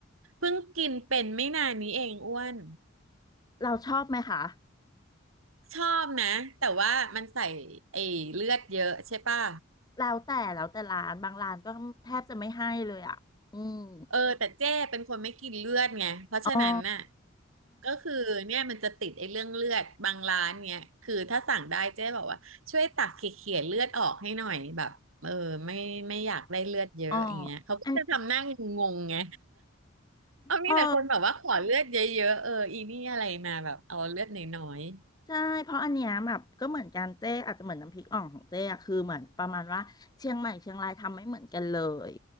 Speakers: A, on the right (about 85°); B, on the left (about 20°).
A: เพิ่งกินเป็นไม่นานนี้เองอ้วน
B: เราชอบไหมคะ
A: ชอบนะ แต่ว่ามันใส่ไอ้เลือดเยอะใช่ป่ะ
B: แล้วแต่แล้วแต่ร้านบางร้านก็แทบจะไม่ให้เลยอ่ะอืม
A: เออแต่เจ้เป็นคนไม่กินเลือดไงเพราะฉะนั้นน่ะ
B: อ๋อ
A: ก็คือเนี่ยมันจะติดไอ้เรื่องเลือดบางร้านเนี่ยคือถ้าสั่งได้เจ๊บอกว่าช่วยตักเขี่ยๆเลือดออกให้หน่อยแบบเออไม่ไม่อยากได้เลือดเยอะอย่างเงี้ยเขาก็จะทำหน้างงๆไง
B: อ๋ออัน
A: เอามีแต่คนแบบว่าขอเลือดเยอะๆเอออีนี่อะไรมาแบบเอาเลือดน้อย
B: เออ ใช่เพราะอันเนี้ยแบบก็เหมือนกันเจ๊อาจจะเหมือนน้ำพริกอ่องของเจ๊อะคือเหมือนประมาณว่าเชียงใหม่เชียงรายทำไม่เหมือนกันเลย